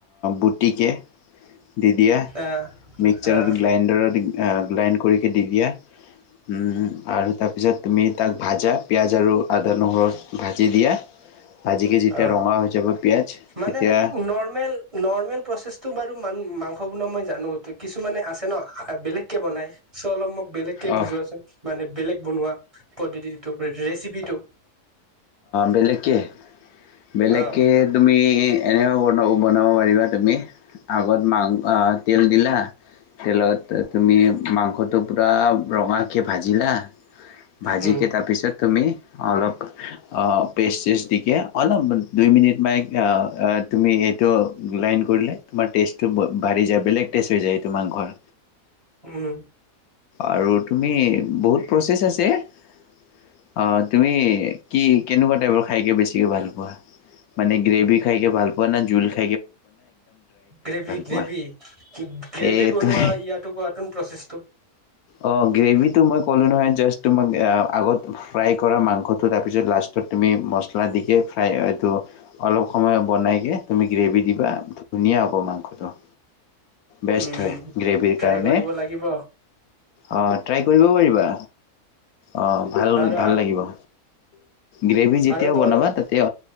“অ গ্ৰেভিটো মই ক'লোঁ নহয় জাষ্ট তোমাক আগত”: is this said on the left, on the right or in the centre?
Left